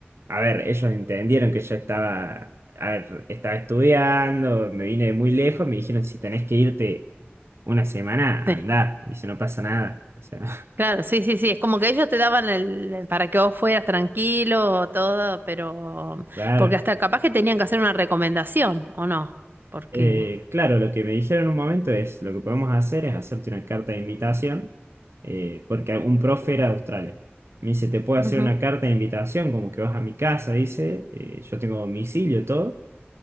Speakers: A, on the right (about 80°); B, on the right (about 55°).
A: A ver, ellos entendieron que yo estaba, a ver, estaba estudiando, me vine de muy lejos, me dijeron, si tenés que irte una semana, andá.
B: sí,
A: Dice, no pasa nada. O sea, <laughs>
B: claro, sí, sí, sí, es como que ellos te daban el, el- para que vos fueras tranquilo, todo, pero,
A: claro.
B: porque hasta capaz que tenían que hacer una recomendación, ¿o no? Porque,
A: Eh, claro, lo que me dijeron en un momento es, lo que podemos hacer es hacerte una carta de invitación, eh, porque un profe era de Australia. Me dice, te puedo
B: ujú,
A: hacer una carta de invitación, como que vas a mi casa, dice, eh, yo tengo domicilio, todo,